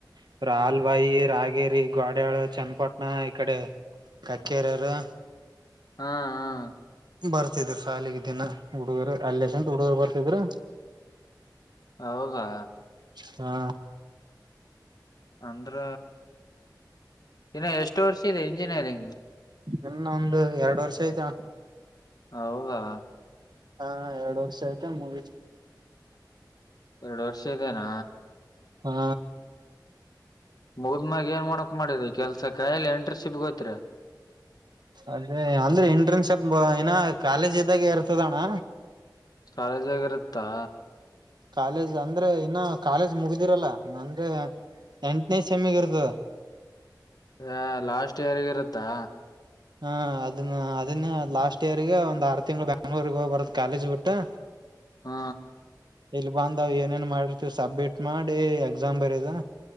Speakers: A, on the right (about 70°); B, on the left (about 60°).
A: ಇವ್ರ್ ಹಾಲ್ಬಾಯಿ ರಾಗಿ. ಕಗೇರಿ ಗೋಡಳ ಚನ್ನಪಟ್ಟಣ ಇಕಡೆ ಕಕ್ಕೇರರು.
B: ಹಾ. ಹಾ
A: ಬರ್ತಿದರು ಸಾಲಿಗೆ ದಿನ ಹುಡುಗರು ಅಲ್ಲಸಂತ ಹುಡುಗರು ಬರ್ತಿದ್ರು.
B: ಹೌದಾ.
A: ಹಾ.
B: ಅಂದ್ರ ಇನ್ನ ಎಷ್ಟು ವರ್ಷ ಇದೆ ಇಂಜಿನಿಯರಿಂಗ್.
A: ಇನ್ನೊಂದು ಒಂದುಎರಡು ವರ್ಷ ಆಯ್ತಣ.
B: ಹೌದಾ.
A: ಹಾ ಎರಡು ವರ್ಷ ಆಯ್ತೆ ಮುಗೀತು.
B: ಎರಡು ವರ್ಷ ಇದೇನಾ.
A: ಹಾ.
B: ಮುಗದ್ ಮಾಗ ಏನ್ ಮಾಡೋಕ್ ಮಾಡಿದೆ ಕೆಲ್ಸ ಕಯಿ ಎಂಟರ್ಶಿಪ್ ಗೋತ್ರರಿ.
A: ಅದೇ ಅಂದ್ರೆ ಎಂಟ್ರೆನ್ಸ್ಪ್ ಏನ ಕಾಲೇಜ್ ಇದ್ದಾಗ ಇರ್ತದಣ್ಣ.
B: ಕಾಲೇಜ್ ಆಗ ಇರುತ್ತಾ.
A: ಕಾಲೇಜ್ ಅಂದ್ರೆ ಇನ್ನು ಕಾಲೇಜ್ ಮುಗ್ದಿರಲ್ಲ ಅಂದ್ರೆ ಎಂಟನೇ ಸಮ್ಗೆ ಇರ್ತದ.
B: ಹ ಲಾಸ್ಟ್ ಇಯರ್ಗ ಇರುತ್ತಾ.
A: ಹ ಅದನ್ನ ಅದನ್ನೇ ಲಾಸ್ಟ್ ಇಯರ್ಗೆ ಒಂದ್ ಆರು ತಿಂಗಳ ಬ್ಯಾಂಗ್ಳೂರ್ಗ್ ಹೋಗ್ ಬರದ್ ಕಾಲೇಜ್ ಬಿಟ್ಟು.
B: ಹಾ.
A: ಇಲ್ ಬಂದಾವ್ ಏನೇನ್ ಮಾಡಿರ್ತಿವಿ ಸಬ್ಮಿಟ್ ಮಾಡಿ ಎಕ್ಸಾಮ್ ಬರದು.